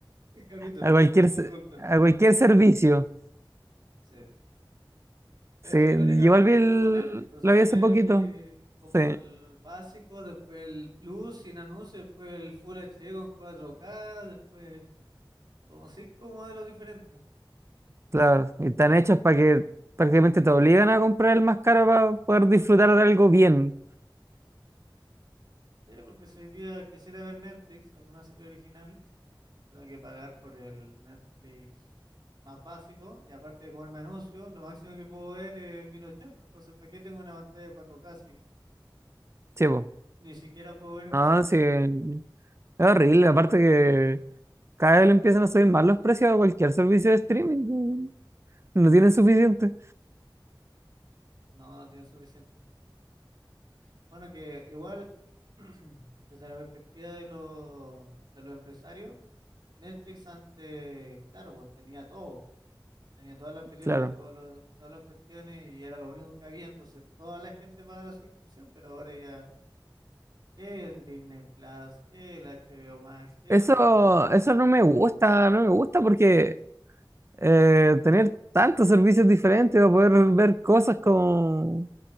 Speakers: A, on the right; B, on the right.
A: el capítulo,
B: A cualquier,
A: la misma
B: se-
A: productora.
B: a cualquier servicio.
A: Sí. Pero
B: Sí, igual
A: irónicamente,
B: vi el-
A: el mismo Netflix, o sea,
B: lo vi
A: tiene
B: hace poquito.
A: Netflix como
B: Sí,
A: el básico, después el Plus sin anuncios, después el Full HD con cuatro k después como cinco modelos diferentes.
B: claro. Y están hechos para que prácticamente te obligan a comprar el más caro para poder disfrutar de algo bien.
A: Sí, porque si hoy día quisiera ver Netflix, alguna serie original, tengo que pagar por el Netflix más básico y aparte de comerme anuncios, lo máximo que puedo ver es 1080. Entonces, ¿para qué tengo una pantalla 4K si
B: Chivo.
A: ni siquiera puedo ver en
B: No,
A: 4K?
B: sí. Es horrible. Aparte que cada vez le empiezan a subir más los precios a cualquier servicio de streaming. No tienen suficiente.
A: No, no tiene suficiente. Bueno, que igual, <clears throat> desde la perspectiva de los, de los empresarios, Netflix antes, claro, pues tenía todo. Tenía todas las películas,
B: Claro.
A: todos los, todas las cuestiones y era lo único que había, entonces toda la gente pagaba la suscripción, pero ahora ya que el Disney Plus, que el HBO Max, que
B: Eso,
A: el Prime Video,
B: eso no
A: que
B: me
A: el YouTube.
B: gusta, no me gusta porque eh, tener tantos servicios diferentes para poder ver cosas como